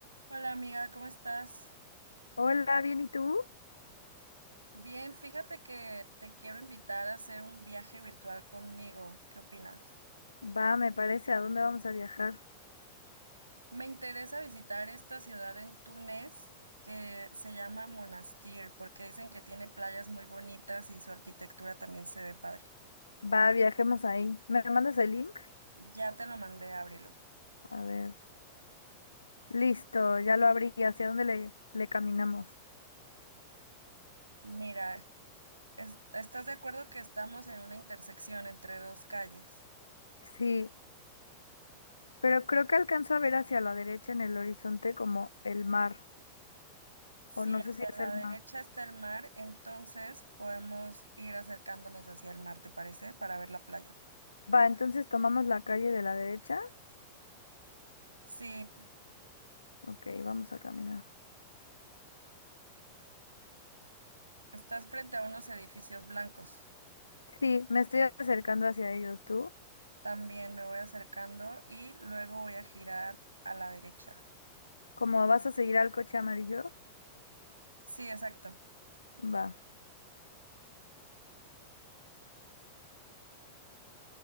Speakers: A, on the right; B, on the left.
A: Hola amiga, ¿cómo estás?
B: Hola, bien, ¿y tú?
A: Bien, fíjate que te quiero invitar a hacer un viaje virtual conmigo. ¿Qué opinas?
B: Va, me parece, ¿a dónde vamos a viajar?
A: Me interesa visitar esta ciudad en Túnez que se llama Monastir porque dicen que tiene playas muy bonitas y su arquitectura también se ve padre.
B: Va, viajemos ahí. ¿Me mandas el link?
A: Ya te lo mandé, ábrelo.
B: A ver. Listo, ya lo abrí. ¿Hacia dónde le, le caminamos?
A: Mira, es- ¿estás de acuerdo que estamos en una intersección entre dos calles?
B: Sí, pero creo que alcanzo a ver hacia la derecha en el horizonte como el mar,
A: Sí,
B: o no sé
A: hacia
B: si es
A: la
B: el
A: derecha
B: mar.
A: está el mar, entonces podemos ir acercándonos hacia el mar, ¿te parece? Para ver la playa.
B: Va, entonces tomamos la calle de la derecha.
A: Sí,
B: Ok, vamos a caminar.
A: estás frente a unos edificios blancos.
B: Sí, me estoy acercando hacia ellos, ¿tú?
A: También me voy acercando y luego voy a girar a la derecha.
B: ¿Cómo vas a seguir al coche amarillo?
A: Sí, exacto.
B: Va.